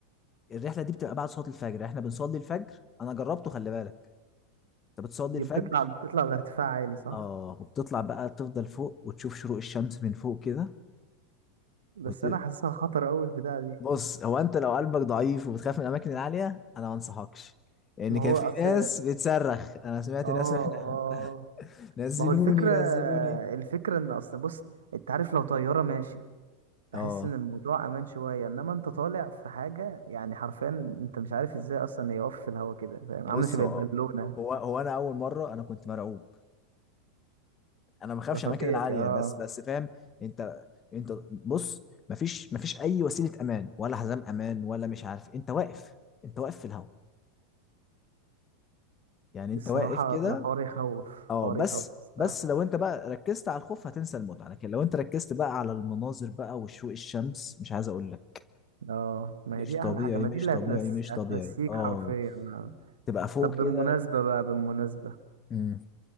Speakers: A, on the left; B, on the right.
A: الرحله دي بتبقى بعد صلاه الفجر احنا بنصلي الفجر انا جربته خلي بالك انت بتصلي
B: دي
A: الفجر
B: بتطلع بتطلع لارتفاع عالي صح
A: اه وبتطلع بقى تفضل فوق وتشوف شروق الشمس من فوق كده
B: بس
A: وت...
B: انا حاسسها خطر اوي البتاعه دي
A: بص هو انت لو قلبك ضعيف وبتخاف من الاماكن العاليه انا ما انصحكش لان
B: ما
A: كان
B: هو
A: في
B: اصل
A: ناس بتصرخ انا سمعت
B: اه اه
A: ناس <laughs> نزلوني
B: ما هو الفكرة
A: نزلوني
B: الفكرة ان اصل بص انت عارف لو طيارة ماشي بحس
A: اه
B: ان الموضوع امان شوية انما انت طالع في حاجة يعني حرفيا انت مش عارف ازاي اصلا يقف في الهوا كده فاهم
A: بص
B: عاملة شبه
A: هو
B: البالونة
A: هو هو انا اول مره انا كنت مرعوب انا ما بخافش
B: ده طبيعي
A: الاماكن العاليه
B: اه
A: بس بس فاهم انت انت بص مفيش مفيش اي وسيله امان ولا حزام امان ولا مش عارف انت واقف انت واقف في الهواء يعني انت
B: الصراحة
A: واقف كده
B: طب الحوار يخوف
A: اه
B: الحوار
A: بس
B: يخوف الصراحة
A: بس لو انت بقى ركزت على الخوف هتنسى المتعه لكن لو انت ركزت بقى على المناظر بقى وشروق الشمس مش عايز اقول لك
B: اه ما
A: مش
B: هي دي
A: طبيعي
B: احلى حاجة ما
A: مش
B: دي اللي
A: طبيعي
B: هتنس...
A: مش
B: هتنسيك
A: طبيعي اه
B: حرفيا آه.
A: تبقى فوق
B: طب بالمناسبة
A: كده
B: بقى بالمناسبة
A: مم.